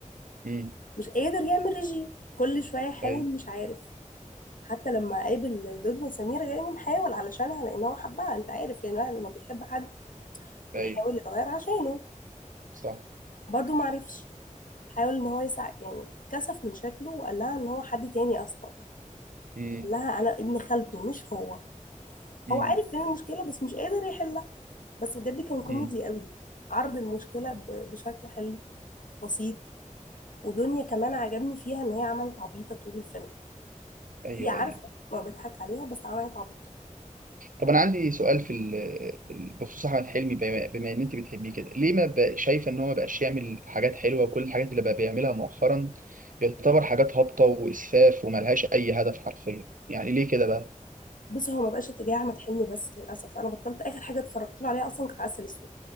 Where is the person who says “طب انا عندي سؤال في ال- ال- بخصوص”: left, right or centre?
Right